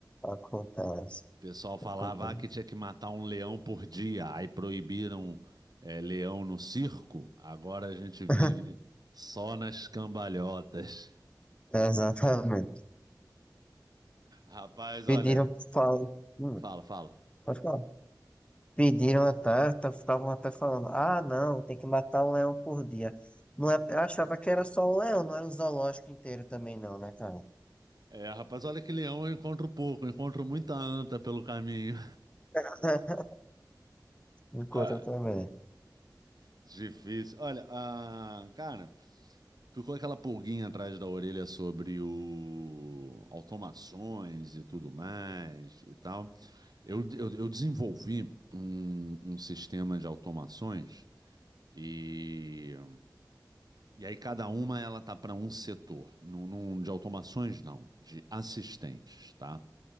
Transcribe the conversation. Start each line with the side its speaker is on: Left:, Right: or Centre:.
Left: acontece.
Right: pessoal falava
Left: Acontece.
Right: ah, que tinha que matar um leão por dia, aí proibiram é, leão no circo. Agora a gente vive
Left: <laughs>
Right: só nas cambalhotas.
Left: Exatamente.
Right: Rapaz,
Left: Pediram,
Right: olha,
Left: falam, hum,
Right: fala, fala.
Left: pode falar. Pediram até, estavam até falando, ah, não, tem que matar um leão por dia. Não é, eu achava que era só o leão, não era o zoológico inteiro também não, né, cara?
Right: É, rapaz, olha que leão eu encontro pouco, eu encontro muita anta pelo caminho.
Left: <laughs> Enquanto
Right: <laughs>
Left: também.
Right: Difícil. Olha, ah, cara. Ficou aquela pulguinha atrás da orelha sobre o automações e tudo mais e tal. Eu, eu, eu desenvolvi um, um sistema de automações e, e aí cada uma ela tá para um setor. Não num- de automações não, de assistentes, tá?